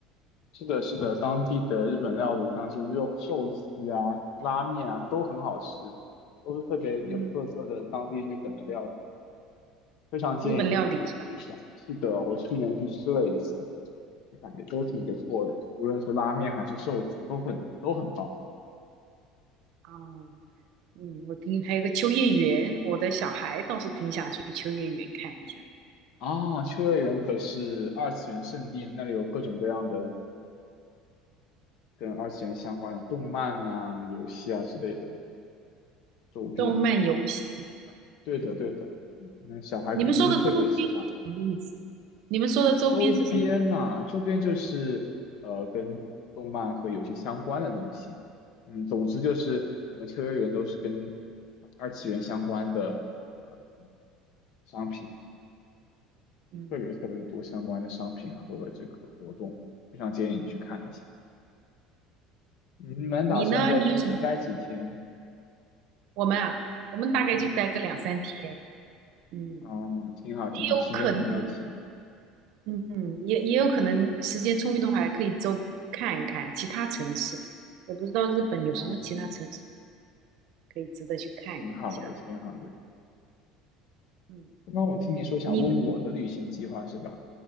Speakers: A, on the left; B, on the right.
A: 是的，是的，当地的日本料理像是肉寿司啊、拉面啊，都很好吃，都是特别有特色的当地日本的料理，
B: 嗯，
A: 非常建议你去尝试一下。
B: 日本料理是吧？
A: 是的，我去年去吃了一次，就感觉都挺不错的，无论是拉面还是寿司，都很都很棒
B: 哦。嗯，我听还有个秋叶原，我的小孩倒是挺想去秋叶原看一下。
A: 啊！秋叶原可是二次元圣地，那里有各种各样的跟二次元相关的动漫呐、游戏啊之类的周边。
B: 动漫游戏，
A: 对的，
B: 哦，
A: 对的，那小孩肯定会特别喜欢。
B: 你们说的周边是什么意思？你们说的周边是什么意思？
A: 周边呐、周边就是呃跟动漫和游戏相关的东西。嗯，总之就是整个秋叶原都是跟二次元相关的呃商品，
B: 嗯，
A: 特别特别多相关的商品和这个活动，非常建议你去看一下。嗯你们打算在东京待几天？
B: 你呢？你有什么？我们啊，我们大概就待个两三天，
A: 嗯，
B: 嗯，
A: 哦，挺好挺好，
B: 也有可能，
A: 时间比较紧。
B: 嗯，嗯也也有可能时间充裕的话，还可以周看一看其他城市，也不知道日本有什么其他城市
A: 哦，
B: 可以值得去看一下。
A: 挺好的挺好的。
B: 嗯，
A: 刚刚我听你说想问我的旅行计划是吧？
B: 你。